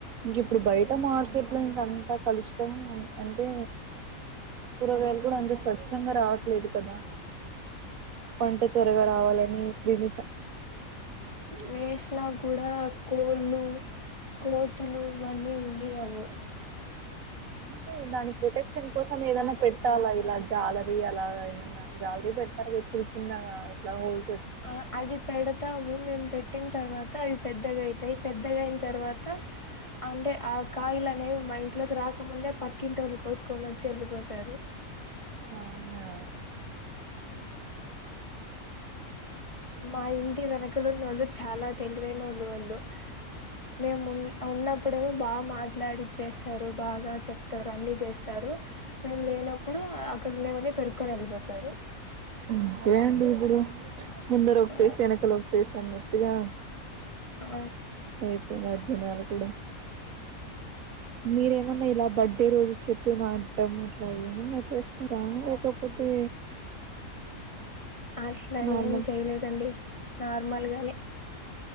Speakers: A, on the right; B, on the left.
A: ఇంక ఇప్పుడు బయట మార్కెట్ లో ఇంక అంత కలుషితం అంటే కూరగాయలు కూడా అంత స్వచ్ఛంగా రావట్లేదు కదా పంట త్వరగా రావాలని క్రిమిస
B: వేస్ విన కూడా కోళ్ళు కోతులు ఇవన్నీ ఉన్నియ్యవు
A: అంటే దాని ప్రొటెక్షన్ కోసం ఏదనా పెట్టాల ఇలా జాలరీ అలాగా ఏమన్నా జాలరీ పెడతారుద చిన్న చిన్నగా ఇట్లా హోల్
B: ఆ అది పెడతాము మేము పెట్టిన తర్వాత అవి పెద్దగా అవుతాయి పెద్దగా అయిన తర్వాత అంటే ఆ కాయలు అనేవి మా ఇంట్లోకి రాకముందే పక్కింటోలు కోసుకోవనిచ్చు చల్లిపోతారు
A: అవునా
B: మా ఇంటి వెనకలున్న వాళ్ళు చాలా తెలివైన వాళ్ళు వాళ్ళు మేము ఉ ఉన్న అప్పుడేమో బాగా మాట్లాడిచ్చస్తారు బాగా చెప్తారు అన్ని చేస్తారు మేము లేనప్పుడు అక్కడ ఉండమని పెరుకొని వెళ్ళిపోతారు
A: అంతే అండి ఇప్పుడు ముందర ఒక
B: ఆ
A: ఫేస్ వెనకలో ఒక ఫేస్ అన్నట్టుగా
B: ఆ,
A: ఏ పో రాద్ జనాలు కూడా మీరేమన్నా ఇలా బర్త్డే రోజు చెట్లు నాడటం అట్లా ఏమన్న చేస్తారా లేకపోతే
B: అట్ల
A: నార్మల్
B: ఏం చేయలేదండి నార్మల్గని